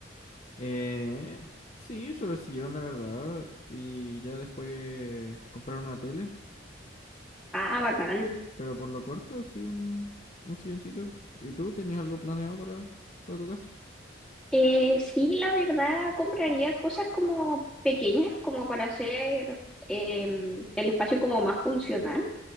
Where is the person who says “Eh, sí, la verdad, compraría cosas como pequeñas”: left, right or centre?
Centre